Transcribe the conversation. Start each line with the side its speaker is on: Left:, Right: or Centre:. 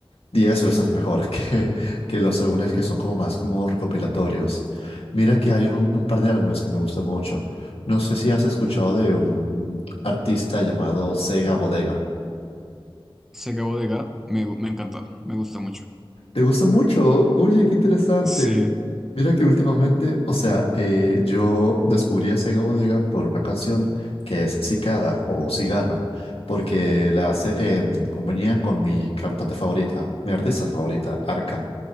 Left: Diez veces mejor <laughs> que, que los álbumes que son como más como recopilatorios. Mira que hay un, un par de álbumes que me gustan mucho. No sé si has escuchado de un artista llamado Sega Bodega.
Centre: Se acabó de Ga, me, gu- me encanta, me gusta mucho.
Left: ¿Te gusta mucho? Oye, qué interesante.
Centre: Sí,
Left: Mira que últimamente, o sea, eh, yo descubrí a Sega Bodega por una canción que es Cicada o Cigarra, porque la hace en compañía con mi cantante favorita, mi artista favorita, Arca.